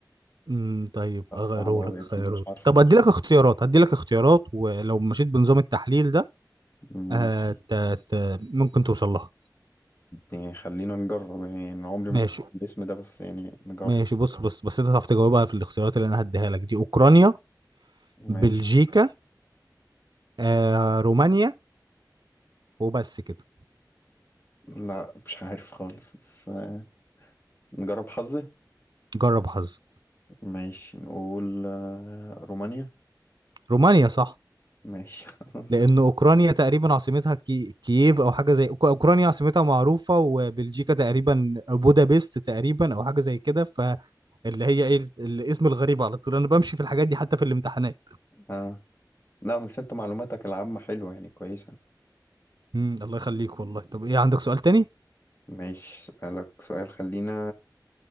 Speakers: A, on the right; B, on the left.
A: مم، طيب
B: لا،
A: اغيره
B: صعب أوي
A: لك
B: أكيد
A: خيره
B: مش عارفه
A: طب ادي لك اختيارات ادي لك اختيارات ولو مشيت بنظام التحليل ده
B: ماشي
A: آه ت... ت... ممكن توصل لها
B: يعني خلينا نجرب يعني أنا عمري ما
A: ماشي
B: سمعت الاسم ده بس يعني نجرب
A: ماشي بص بص بس انت تعرف تجاوبها في الاختيارات اللي انا هديها لك دي اوكرانيا
B: ماشي
A: بلجيكا آه، رومانيا وبس كده
B: لا مش عارف خالص بس آه، نجرب حظي
A: جرب حظ
B: ماشي نقول آه، رومانيا
A: رومانيا صح
B: ماشي <laughs> خلاص
A: لان اوكرانيا تقريبا عاصمتها كي... كييف او حاجه زي أوك- اوكرانيا عاصمتها معروفه وبلجيكا تقريبا بودابست تقريبا او حاجه زي كده فاللي هي ايه ال- الاسم الغريب على طول انا بمشي في الحاجات دي حتى في الامتحانات
B: آه. لا بس انت معلوماتك العامة حلوة يعني كويسة
A: مم. الله يخليك والله طب ايه عندك سؤال تاني
B: ماشي اسألك سؤال خلينا